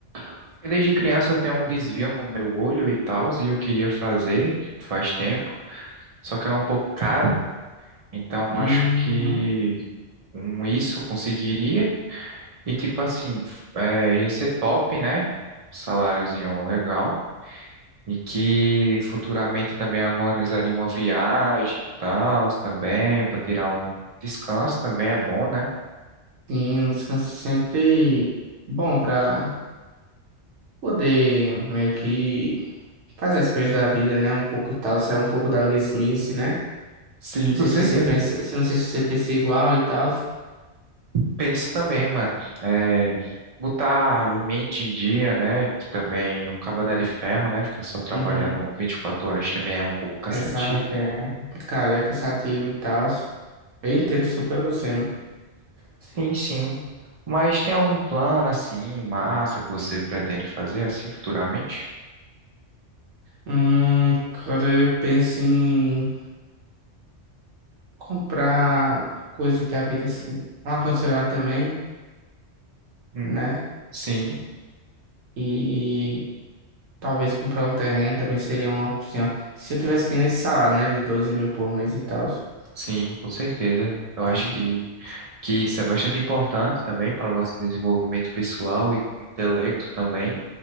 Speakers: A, on the right; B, on the right.
A: Porque desde criança eu tenho um desvio no meu olho e tal, e eu queria fazer faz tempo, só que ela é um pouco cara, então
B: Uhum.
A: acho que com isso eu conseguiria. E tipo assim, é, ia ser top, né? Saláriozinho legal. E que futuramente também organizaria uma viagem e tal, também, para tirar um descanso também é bom, né?
B: Sim, um descanso sempre bom pra... poder meio que fazer as coisas da vida, né? Um pouco e tal, sair um pouco da mesmice, né?
A: Sim,
B: Não
A: com
B: sei
A: certeza.
B: se você pensa, não sei se você pensa igual e tal.
A: Penso também, mano. É, botar a mente em dia, né? Que também o cabo não é de ferro, né? Ficar só trabalhando
B: Uhum.
A: 24 horas também é um pouco cansativo.
B: Exato, é complicado, é cansativo e tal. Eu entendo super você, mano.
A: Sim, sim. Mas tem algum plano assim, massa, que você pretende fazer assim futuramente?
B: Hum, cara, eu penso em comprar coisas da vida assim. Um ar-condicionado também,
A: Hum,
B: né?
A: sim,
B: E talvez comprar um terreno também seria uma opção. Se eu tivesse que ir nesse salário, né? De 12 mil por mês e tal.
A: sim, com certeza. Eu acho
B: É.
A: que, que isso é bastante importante também para o nosso desenvolvimento pessoal e intelecto também.